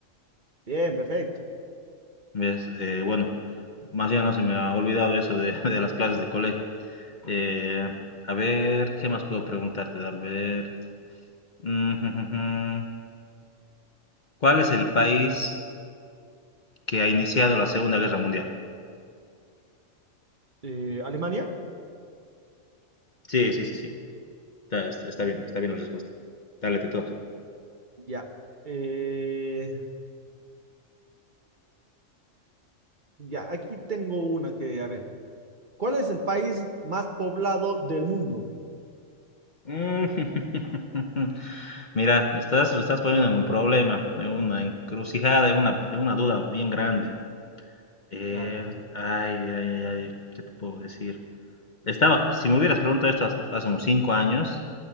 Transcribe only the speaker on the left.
¿Ves? Eh, bueno, más bien no se me ha olvidado eso de, <laughs> de las clases de colegio. Eh, a ver, ¿qué más puedo preguntarte? A ver, mm, jum, jum, jum. ¿cuál es el país que ha iniciado la Segunda Guerra Mundial?
Sí, sí, sí, sí. Está, está- está
bien, está bien la respuesta. Dale, te toca.
Mm, <laughs> Mira, me estás, me estás poniendo en un problema, en una encrucijada, en una, en una duda bien grande. Eh,
ay, ay, ay, ¿qué te puedo decir? Estaba, si me hubieras preguntado esto haz- hace unos cinco años,